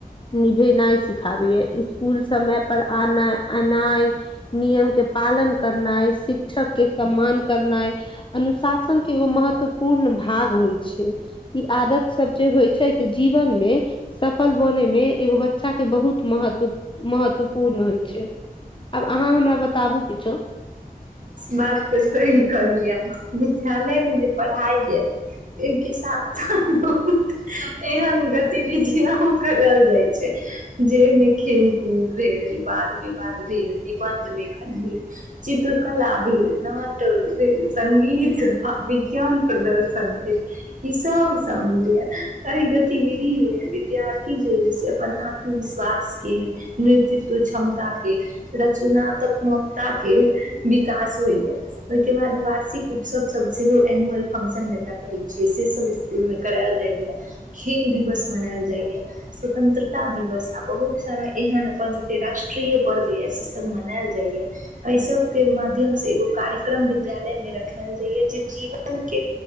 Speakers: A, on the left; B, on the right.
A: निभेनाइ सिखाबैय इसकुल समय पर आना एनाइ नियम के पालन करनाइ शिक्षक के सम्मान करनाइ अनुशासन के एगो महत्वपूर्ण भाग होइ ई आदत सब जे होइ छै से जीवन मे सफल बनेयमे एगो बच्चा के बहुत महत्व महत्वपूर्ण होइ छै आब अहाँ हमरा बताबु किछो
B: बात तऽ सही कहलियै आहाँ विद्यालय मे जे पढ़ाई य इनके साथ <unintelligible> एहन गतिविधिय करल जाइ छै जाहिमे खेल कूद भेल वाद विवाद भेल निबन्ध लेखन भेल चित्रकला नाट भेल सगीत अ वीज्ञान प्रदर्शन भेल ई सब सामिल ह हि गतिविधि मे विद्यार्थी जे ह से अपन आत्मविश्वास के नेतृत्व क्षमता के र चुनात्मकताे के विकास होइय ओहिके बाद वार्षिक उत्सव सब सेहो एनुअल फंक्शन जेकरा कहै छियै से सब <unintelligible> मे करायल जाइया खेल दिवस मनायल जाइया स्वतंत्रता दिवस आ बहुत सारा एहन अपन सब के राष्ट्रीय पर्व यए सेसभ मनायल जाइए एहि सब के माध्यम से एगो कार्यक्रम विद्यालय में रखायल जाइय जे जीवन के